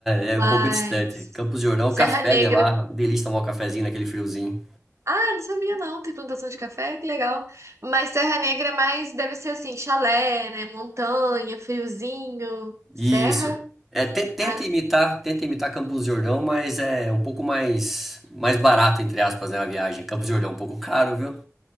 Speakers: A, in the centre; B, on the right.
A: é, é
B: Mas.
A: um pouco distante. Campos de Jordão,
B: Serra
A: o café
B: Negra.
A: de lá, delícia tomar um cafezinho naquele friozinho.
B: Ah, não sabia não. Tem plantação de café? Que legal. Mas Serra Negra é mais. Deve ser assim: chalé, né? Montanha, friozinho, serra.
A: Isso. É, te- tenta
B: Ah.
A: imitar, tenta imitar Campos de Jordão, mas é um pouco mais mais barato entre aspas, né, a viagem. Campos de Jordão é um pouco caro, viu?